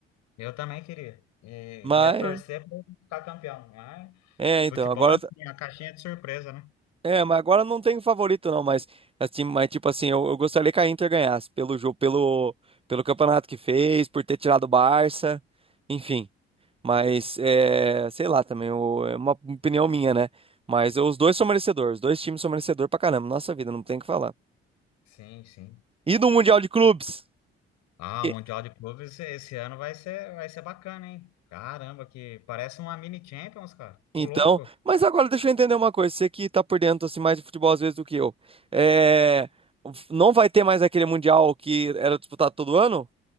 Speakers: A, on the left; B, on the right.
A: eu também queria. E
B: Mas.
A: ia torcer para ficar campeão, mas
B: É, então,
A: futebol
B: agora.
A: é assim, a caixinha de surpresa, né?
B: É, mas agora não tem favorito, não. Mas, assim, mas tipo assim, eu, eu gostaria que a Inter ganhasse pelo jogo, pelo, pelo campeonato que fez, por ter tirado o Barça. Enfim. Mas, é, sei lá também, o- é uma opinião minha, né? Mas os dois são merecedores, os dois times são merecedores pra caramba, nossa vida, não tem o que falar.
A: Sim, sim.
B: E do Mundial de Clubes?
A: Ah,
B: E-
A: o Mundial de Clubes esse ano vai ser, vai ser bacana, hein? Caramba, que parece uma mini Champions, cara. Ô,
B: Então,
A: louco.
B: mas agora deixa eu entender uma coisa, você que tá por dentro assim, mais de futebol às vezes do que eu. É, não vai ter mais aquele Mundial que era disputado todo ano?